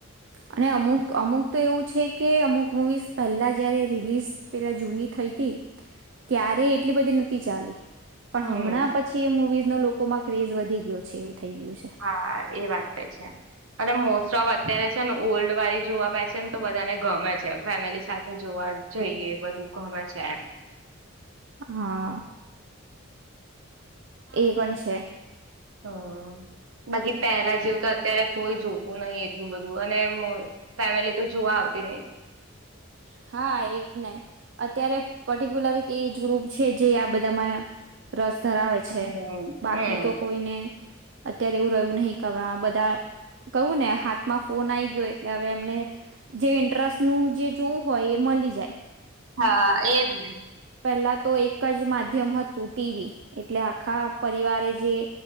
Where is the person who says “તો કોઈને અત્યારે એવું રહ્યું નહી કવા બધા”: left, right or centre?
Right